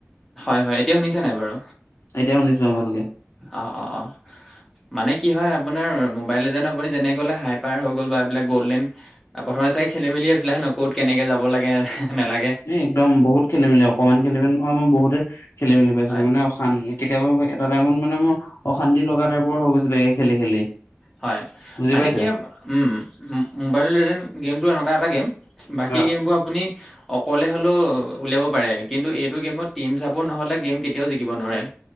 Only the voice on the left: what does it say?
এতিয়া শুনিছোঁ আৰু ভালকে
এ একদম বহুত খেলি মেলি অকমান খেলি মেলি নয় মই বহুতে খেলি মেলি পাইছিলো
মানে <unintelligible> কেতিয়াবা এটা টাইমত মানে মোৰ অশান্তি লগা টাইপৰ হৈ গৈছিলে এই খেলি খেলি
বুজি
পাইছে?
অ